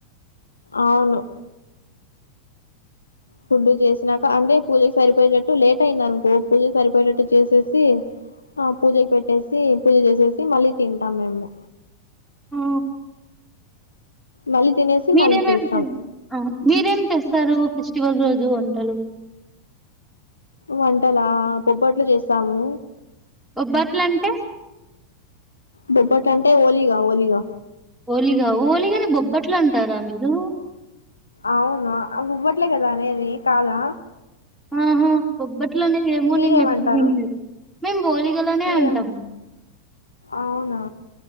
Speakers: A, on the left (about 80°); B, in the centre.
A: అవును ఫుడ్ చేసాక అంటే పూజకు సరిపోయేటట్టు లేట్ అయింది అనుకో పూజకు సరిపోయేటట్టు చేసేసి ఆ పూజకి పెట్టేసి పూజ చేసేసి మళ్ళీ తింటాం మేము
B: ఆ.
A: మళ్ళీ తినేసి
B: మీరేమేం
A: మళ్ళీ చేస్తాం
B: చే ఆ మీరేం చేస్తారు ఫెస్టివల్ రోజు వంటలు
A: వంటలా బోబ్బట్లు చేస్తాము
B: బొబ్బట్లు అంటే
A: బొబ్బట అంటే ఓలీగ్ ఓలీగ్
B: ఓలీగ ఓలీగనీ బొబ్బట్లు అంటారా మీరు
A: అవును బొబట్లే కదా అనేది కాదా
B: హమ్ హా బొబ్బట్లామనేది ఏమో
A: మీరేమంటారు
B: నేను ఎప్పుడు వినాలేదు మేము బోలిగలనే
A: మీరేమ
B: అంటాము
A: అవునా